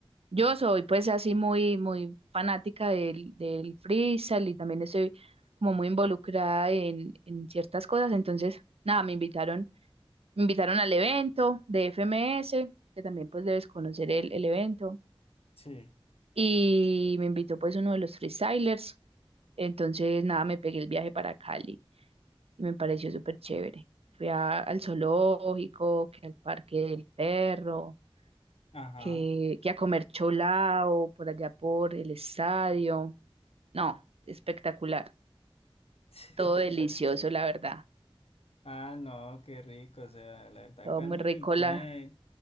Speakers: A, on the right (about 80°); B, on the left (about 80°).
A: Yo soy pues así muy, muy fanática del, del freestyle y también estoy como muy involucrada en, en ciertas cosas. Entonces, nada, me invitaron, me invitaron al evento de FMS, que también pues debes conocer el, el evento.
B: Sí.
A: Y me invitó pues uno de los freestylers. Entonces, nada, me pegué el viaje para Cali y me pareció súper chévere. Fui a- al zoológico, que al parque del perro
B: Ajá.
A: que, que a comer cholao por allá por el estadio. No, espectacular.
B: <laughs>
A: Todo delicioso, la verdad.
B: Ah, no, qué rico, o sea, la verdad,
A: Todo
B: Cali
A: muy rico.
B: tiene,
A: La...